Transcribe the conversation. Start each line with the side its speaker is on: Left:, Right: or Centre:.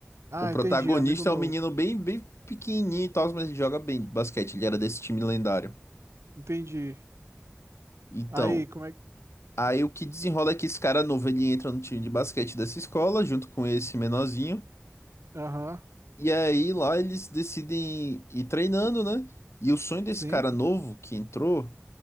Right: Ah,
Left: O protagonista
Right: entendi, amigo novo.
Left: é um menino bem, bem pequenininho e tal, mas ele joga bem de basquete. Ele era desse time lendário.
Right: Entendi.
Left: Então,
Right: Aí, como é que.
Left: aí o que desenrola é que esse cara novo, ele entra no time de basquete dessa escola, junto com esse menorzinho.
Right: Aham,
Left: E aí lá eles decidem ir treinando, né? E o sonho desse
Right: sim.
Left: cara novo que entrou